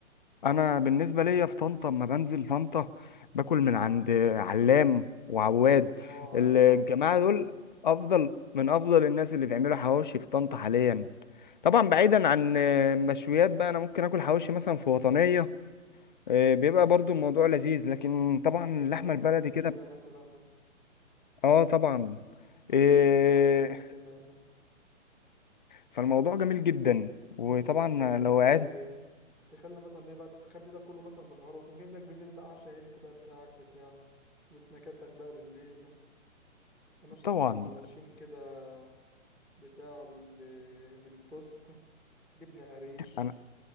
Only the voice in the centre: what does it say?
اه
عارف أرقام وعواد
تجيب
لك
فرخة مشوية
مثلا
دي تظبط معاك جامد كمان
مثلا تقوم جايب لك
آه، تخلي مثلا إيه بقى تخلي ده كله مثلا بالنهار وتقوم جايب لك بالليل بقى عشا هيلث بقى بتاعك بتاع وسناكاتك بقى بالليل مثلا
سندوتشين كده بتاع بال... بالتوست جبنة قريش